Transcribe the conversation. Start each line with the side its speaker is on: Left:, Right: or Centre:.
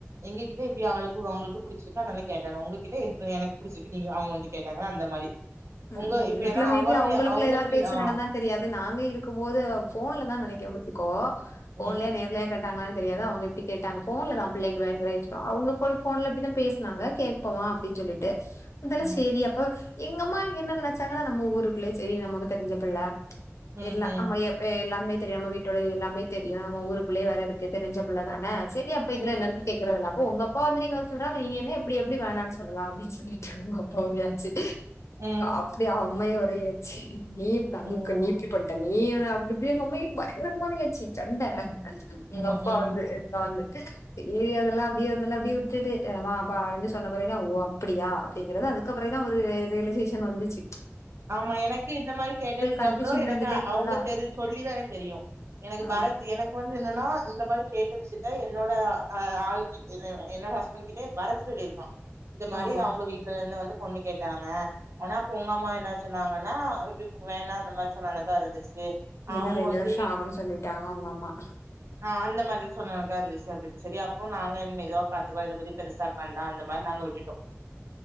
Right: எங்ககிட்ட இப்படி அவுளுக்கு அவுங்களுக்கு புடிச்சிருக்கா நாளை கேட்டாங்க உங்ககிட்டக்கு புடிச்சிக்கு நீங்க அவுங்க வந்து கேட்டாங்கா அந்த மாரி
Left: உம்
Right: உங்க
Left: உள்ளுக்குள்ள
Right: இப்ப ஏன்னா
Left: மேபி
Right: அவள
Left: அவுங்களுக்குள்ள
Right: அவுங்க
Left: ஏதா
Right: பிள்
Left: பேச்சு
Right: ஆ
Left: நடந்தா தெரியாது நாங்க இருக்கும் போது போன்ல தா நினைக்கறேன் கோ போன்ல
Right: ம்
Left: நேரல கட்டாங்களனு தெரியாது அவுங்க எப்பிடி கேட்டாங்க போன்லதான் பிள்ளைங்க அவுங்க போன்ல எப்பிடிதா பேசுனாங்க கேட்போமா அப்புடின்னு சொல்லிட்டு இருந்தாலும்
Right: ம்
Left: சேரி அப்ப எங்க அம்மா என்னன்னு நெனச்சாங்கன்னா நம்ம ஊருக்குள்ள சேரி நமக்கு தெரிஞ்சபுள்ள
Right: ம்
Left: எல்லா
Right: ம்
Left: நம் எ எல்லாமே தெரிய நம்ம வீட்டோடது எல்லா தெரியும் நம்ம ஊருக்குள்ளே வர இருக்கு தெரிஞ்ச புள்ளதானே சேரி அப்ப இதுல என்ன இருக்கு கேக்குறதல்ல அப்ப உங்க அப்பா வந்து நீங்க சொல்றாங்க நீங்க என்ன எப்பிடி எப்பிடி வேணான்னு சொல்லா அப்பிடின்னு சொல்லிட்டு உங்க அப்பாச்சி
Right: ம்
Left: அப்படிய ஆ உண்மைய ஒரே ஏச்சி நீ தங்க
Right: ம்
Left: நீப்பி பண்ணிட்டேங்க நீயன அப்பிடி இப்பிடி எங்க அம்மா பயங்கரமானயச்சு சண்ட எங்க
Right: ம்
Left: அப்பா
Right: ம்
Left: வந்து என்ன வந்து சரி அதெல்லாம் அப்பிடியே அதெல்லாம் அப்பிடியே விட்டுட்டு ஆமா வ வா சொன்ன பிறகு ஓ அப்பிடியா அப்புடிங்கிறது அதுக்கு அப்புற தா ஒருரியலைசேஷசன் இங்க வந்துச்சி
Right: ஆமா எனக்கு இந்த மாரி கேட்டதுக்கு
Left: கன்ஃபியூஷன்
Right: அப்புறம் எனக்கு
Left: இருந்துட்டே இருக்குல்ல
Right: அவுங்க தெரி சொல்லி தான் தெரியும் எனக்கு
Left: ஆ
Right: பரத் எனக்கு வந்து என்னன்னா இந்த மாரி கேட்டு வச்சுட்ட என்னோட ஆள் கிட்ட என்னோட ஹஸ்பண்ட் கிட்டயே பரத் சொல்லி இருக்கா இந்த மாரி
Left: ஆ ஓ
Right: அவுங்க வீட்டுல இருந்து வந்து பொண்ணு கேட்டாங்க ஆனா ஒங்கம்மா என்னாச்ச சொன்னாங்கன்னா எப்படி வேணான்ற அந்த மாரி சொன்னமாரி இருந்துச்சு
Left: இன்னும்
Right: அவங்க
Left: ரெண்டு
Right: வந்து
Left: வருஷம் ஆகும்ன்னு சொல்லிட்டாங்க உங்க அம்மா
Right: ஆஹ அந்தமாரி சொன்னனக்கா அந்த விஷய எப்டின்னு செரி அப்போ நாங்க ஏதோ பாத்துகிவா எதோபண்ணி பெருசாப்பண்றா அந்த மாரி நாங்க விட்டு